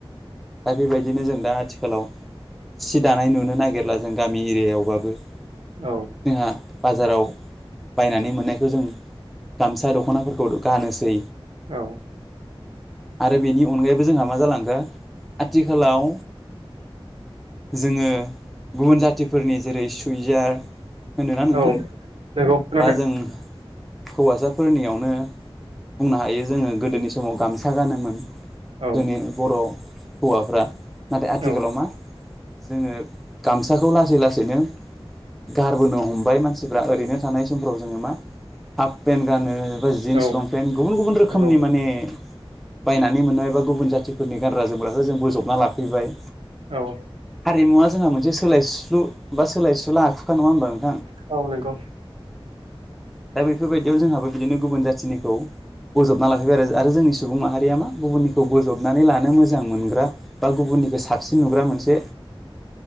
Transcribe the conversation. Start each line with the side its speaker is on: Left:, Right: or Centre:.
Centre: दा बेबायदिनो जों दा आथिखालाव सि दानाय नुनो नागिरला जों गामि एरियायावबाबो जोंहा
Right: औ
Centre: बाजाराव बायनानै मोननायखौ जों गामसा दख'नाफोरखौ गानोसै।
Right: औ
Centre: आरो बेनि अनगायैबो जोंहा मा जालो आथिखालाव जोङो गुबुन जातफोरनि जेरै सुइजार होनोना नोंथां
Right: औ नंगौ खोनादों
Centre: बा जों हौवासाफोरनियावनो बुंनो हायो जोङो गोदोनि समाव गामसा गानोमोन।
Right: औ
Centre: जोंनि बर' हौवाफ्रा नाथाय आथिखालाव
Right: औ
Centre: मा जोङो गामसाखौ लासै लासैनो गारबोनो हमबाय मानसिफ्रा ओरैनो थानाय समफ्राव जोङो मा हाफ पेन्ट गानो। एा जिन्स
Right: औ
Centre: लंपेन्ट गुबुन गुबुन रोखोमनि
Right: नंगौ
Centre: माने बायनानै मोनबायबा गुबुन जाथिफोरनि गानग्रा जोमग्राखौ जों बोजबना लाफैबाय।
Right: औ
Centre: हारिमुवा जोंहा मोनसे सोलायस्लु बा सोलायसुला आखुखा नङा होनबा?
Right: औ नंगौ।
Centre: दा बेफोरबायदियाव जोंहाबो बिदिनो गुबुन जाथिनिखौ बजबना लाफैबाय आरो आरो जोंनि सुबुं माहारिया मा गुबुननिखौ बजबनानै लानो मोजां मोनग्रा बा गुबुन निखौ साबसिन नुग्रा मोनसे